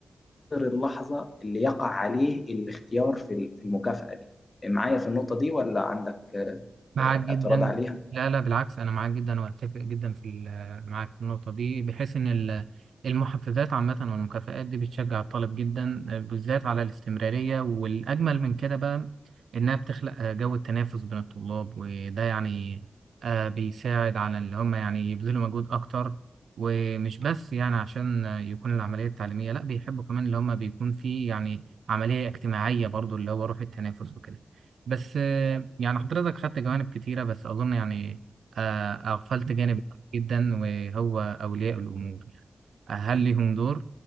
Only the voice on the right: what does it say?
معاك
جدا
لا لا بالعكس انا معاك جدا واتفق جدا في ال- معاك في النقطه دي بحيث ان ال- المحفزات عامه والمكافآت دي بتشجع الطالب جدا بالذات على الاستمراريه والاجمل من كده بقى انها بتخلق آه، جو التنافس بين الطلاب وده يعني آه، بيساعد على اللي هم يعني يبذلوا مجهود اكتر ومش بس يعني عشان آه، يكون العمليه التعليميه لا بيحبوا كمان اللي هم بيكون في يعني عمليه اجتماعيه برضو اللي هو روح التنافس وكده بس آه، يعني حضرتك خدت جوانب كتيرة بس أظن يعني آه، أغفلت جانب مهم جدا وهو أولياء الأمور يعني هل لهم دور